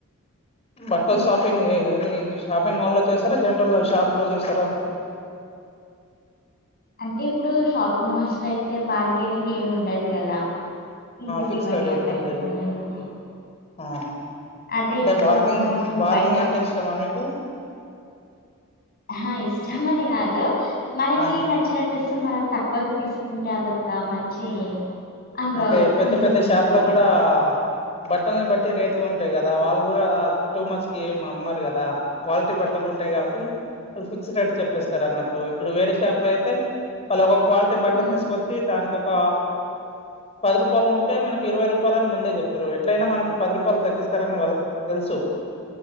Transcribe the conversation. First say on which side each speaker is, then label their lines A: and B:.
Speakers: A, on the left (about 30°); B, on the left (about 45°).
A: బట్టల్
B: హ్మ్.
A: షాపింగ్ ఏ ఏది చూస్ షాపింగ్ మాల్లో చేస్తరా, జనరల్ షాప్లో చేస్తరా.
B: అంటే ఇప్పుడు షాపింగ్ మాల్స్లో అయితే బార్గెనింగ్ ఏం ఉండదు కదా. ఇంతకి
A: ఫిక్స్డ్
B: ఇవ్వండి
A: ఒకటి
B: అంతకి
A: ఉంటది
B: ఇవ్వండి అని.
A: ఆ,
B: అదే
A: అంటే
B: ఇప్పుడు
A: బార్గింగ్
B: మనము
A: బార్గింగ్
B: బయట
A: అంటే ఇష్టమా మీకు.
B: ఆహ ఇష్టమని కాదు మనకి
A: ఆ
B: న నచ్చిన డ్రెస్ మనం తక్కువకి తీసుకుంటే అదొక మంచి అనుభవ
A: అంటే పెద్ద
B: అనుభూతి
A: పెద్ద షాపులో
B: ఉంటుంది
A: కూడా
B: గదా!
A: బట్టలని బట్టి రేట్లు ఉంటయి కదా వాళ్ళు కూడా టూ మచ్కి ఏమి అమ్మరు కదా. క్వాలిటీ బట్టలు ఉంటయి కాబట్టి వాళ్ళు ఫిక్స్డ్ రేట్ చెప్పేస్తరు అన్నట్టు, ఇప్పుడు వేరే షాప్లో అయితే వాళ్ళు ఒక క్వాలిటీ బట్టలు
B: హ్మ్.
A: తీసుకొ చ్చి దానికి ఒక పది రూపాలు ఉంటే మనకి ఇరవై రూపాలు అని ముందే చెప్తరు ఎట్లయినా మనకు పది రూపలు తగ్గిస్తరని వాళ్ళకు తెలుసు